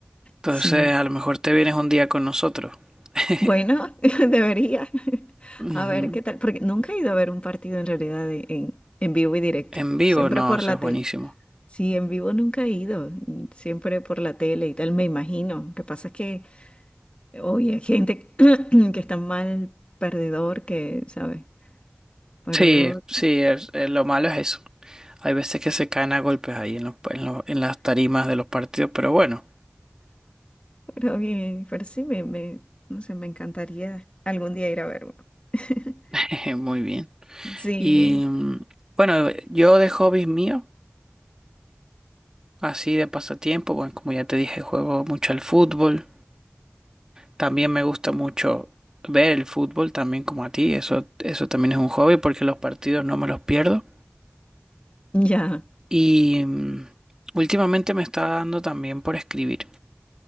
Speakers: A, on the right; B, on the left.
A: Entonces,
B: Sí.
A: a lo mejor te vienes un día con nosotros. <laughs>
B: Bueno, <laughs> debería. <laughs>
A: Ujú.
B: A ver qué tal, porque nunca he ido a ver un partido en realidad de- en, en vivo y directo,
A: En vivo,
B: siempre
A: no,
B: por
A: eso
B: la
A: es buenísimo.
B: tele. Sí, en vivo nunca he ido, siempre por la tele y tal, me imagino. Lo que pasa es que hoy hay gente <clears throat> que está mal perdedor, que, ¿sabes? Pero
A: Sí,
B: yo,
A: sí, es- eh, lo malo es eso. Hay veces que se caen a golpes ahí en los, en los- en las tarimas de los partidos, pero bueno.
B: pero bien, pero sí, me, me, no sé, me encantaría algún día ir a ver uno. <laughs>
A: <laughs> Jeje, Muy bien.
B: Sí,
A: Y mm, bueno, yo de hobbies míos, así de pasatiempo, bueno, como ya te dije, juego mucho al fútbol. También me gusta mucho ver el fútbol, también como a ti. Eso, eso también es un hobby porque los partidos no me los pierdo.
B: ya.
A: Y mm, últimamente me está dando también por escribir.